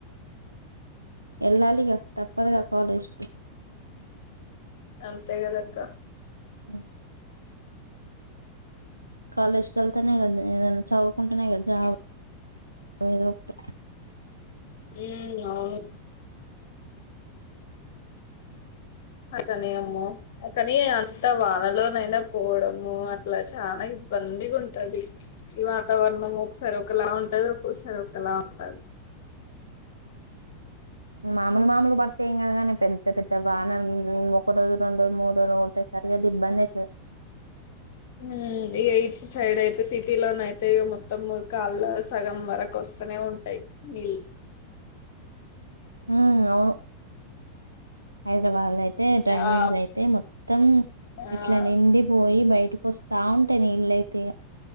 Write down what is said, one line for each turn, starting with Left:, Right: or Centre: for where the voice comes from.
Right: వెళ్ళాలిగా తప్పదుగా కాలేజ్ కి
Left: అంతే కదా అక్క
Right: ఉ కాలేజ్ వెళ్తానే కదా ఏదనా చదువుకుంటేనే కదా జాబ్ ఏదోకటి
Left: ఉ అవును అకని ఆమ్మో కాని అంతా వానలోనైనా పోవడము అట్లా చాలా ఇ ఇబ్బందిగా ఉంటది ఈ వాతావరణం ఒకసారి ఒకలా ఉంటది ఒక్కొసారి ఒకలా ఉంటది
Right: మాములు మాములు పడుతే ఏం కాదు గాని పెద్ద పెద్ద వానను ఒక రోజు రెండు రోజు మూడు రోజులు కొట్టి గట్టుగితే ఇబ్బంది అయితది
Left: ఉ ఇక ఈచ్ సైడ్ అయితే సిటీ లోన అయితే ఇగ మొత్తం కాళ్ళ సగం వరకు వసు వస్తనే ఉంటాయి నీలు
Right: ఉ అవును హైదరాబాద్ లో అయితే డ్రైనేజ్
Left: ఆ
Right: లో అయితే మొత్తం
Left: ఆ
Right: ఇట్లా నిండిపోయి బయటకి వస్తా ఉంటాయి నీళ్లుఅయితే